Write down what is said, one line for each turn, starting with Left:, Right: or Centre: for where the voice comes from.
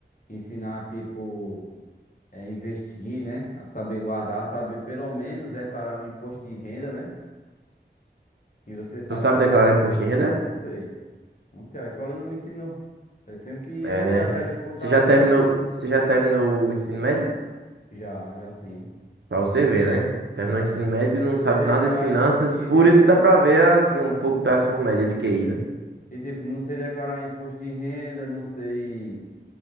Left: ensinar, tipo. é, investir, né? Saber guardar, saber pelo menos declarar um imposto de renda, né? Que você sabe
Right: Tu sabe
Left: que a ma...
Right: declarar imposto de
Left: Não
Right: renda?
Left: sei. Não sei, a escola não me ensinou. Eu tenho que
Right: É,
Left: ou
Right: né?
Left: ir atrás de um contador,
Right: Você já terminou, você já terminou o ensino médio?
Left: já, já sim.
Right: Pra você ver, né? Terminou
Left: É.
Right: o ensino médio e não
Left: Não sei
Right: sabe
Left: declarar
Right: nada de finanças,
Left: imposto de
Right: por
Left: renda.
Right: isso que dá pra ver, assim, um pouco da sua média de QI, né?
Left: E tipo, não sei declarar imposto de renda, não sei,